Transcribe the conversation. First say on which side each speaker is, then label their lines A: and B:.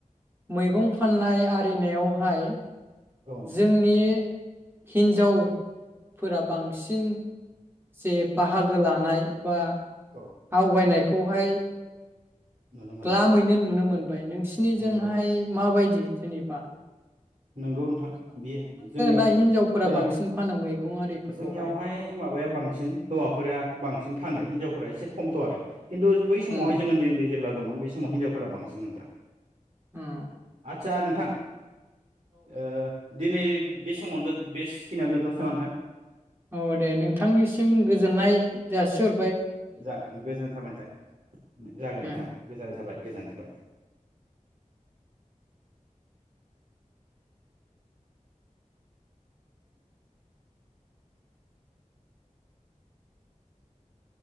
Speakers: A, on the right; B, on the right.
A: मैगं। फाननाय आरिनायावहाय।
B: औ नोंथां
A: जोंनि। हिन्जावफोरा बांसिन जे बाहागो लानाय बा।
B: औ
A: आवगायनाय खौहाय
B: नुनो मोनदों
A: ग्लालामैनो नुनो मोन बाय नों निसिनिजोंहाय
B: नंगौ
A: माबायदि? जेनिबा
B: नंगौ नोंथां बेयो जोंनियाव
A: ना हिनजावफोरा
B: जोंना
A: बांसिन फानो मैगं आरिफोरखौहाय
B: जोंनियावहाय माबाया बांसिन हौवाफोरा बांसिन फानो हिनजाव फोर एसे खमथ' आरो। खिन्थु बै समावहाय
A: उम
B: जों उन्दै उन्दै जेब्ला दंमोन बे समाव हिनजावफोरा बांसिनमोन नोंथां।
A: होम
B: आदसा नोंथां ओ दिनै बे समावनो दो बेसे खिनियाव दोनथ'सै नामा नोंथां?
A: औ दे नोंथांनिसिम गोजोननाय जासिहर
B: जाग गोजोननाय थाबाय नोंथां जागोन
A: हेल'
B: नोंथां गोजोननाय थाबाय। गोजोन्नाय थाबाय।